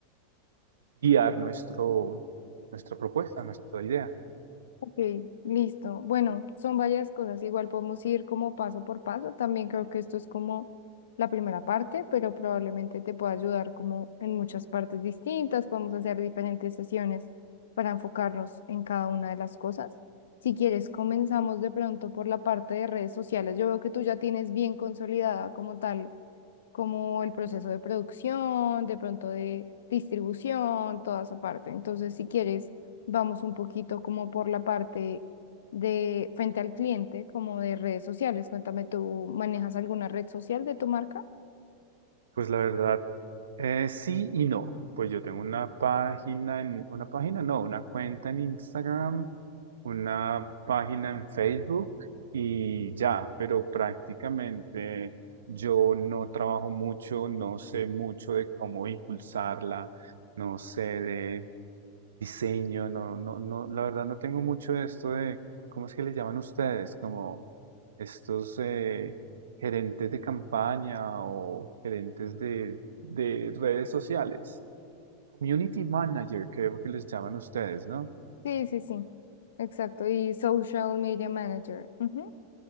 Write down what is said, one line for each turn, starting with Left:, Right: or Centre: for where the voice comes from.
Right: guiar nuestro, nuestra propuesta, nuestra idea.
Left: Ok, listo. Bueno, son varias cosas. Igual podemos ir como paso por paso. También creo que esto es como la primera parte, pero probablemente te pueda ayudar como en muchas partes distintas. Podemos hacer diferentes sesiones para enfocarnos en cada una de las cosas. Si quieres, comenzamos de pronto por la parte de redes sociales. Yo veo que tú ya tienes bien consolidada como tal como el proceso de producción, de pronto de distribución, toda esa parte. Entonces, si quieres, vamos un poquito como por la parte de frente al cliente, como de redes sociales. Cuéntame, ¿tú manejas alguna red social de tu marca?
Right: Pues la verdad, eh, sí y no. Pues yo tengo una página en, una página, no, una cuenta en Instagram, una página en Facebook y ya, pero prácticamente yo no trabajo mucho, no sé mucho de cómo impulsarla, no sé de diseño, no, no, no, la verdad no tengo mucho de esto de, ¿cómo es que le llaman ustedes? Como estos, eh, gerentes de campaña o gerentes de, de redes sociales. Community manager, creo que les llaman ustedes, ¿no?
Left: Sí, sí, sí. Exacto. Y social media manager. Ujú.